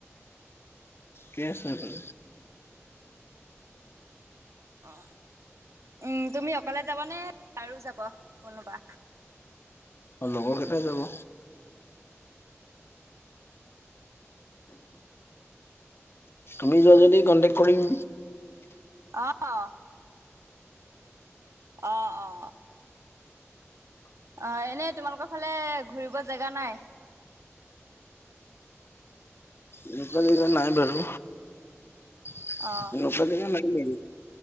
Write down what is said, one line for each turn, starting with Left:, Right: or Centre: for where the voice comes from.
Left: কে আছে বাৰু।
Right: অ উম তুমি অকলে যাব নে আৰু যাব- বহ কোনোবা।
Left: অ লগৰ কেইটাই যাব। আমি যোৱা যদি কন্টেক্ট কৰিম।
Right: অহ। অ অ। অ এনেই তোমালোকৰ ফালে ঘূৰিব জেগা নাই।
Left: এনেকুৱা জেগা নাই বাৰু, এনেকুৱা
Right: অ
Left: জেগা নাই বাৰু।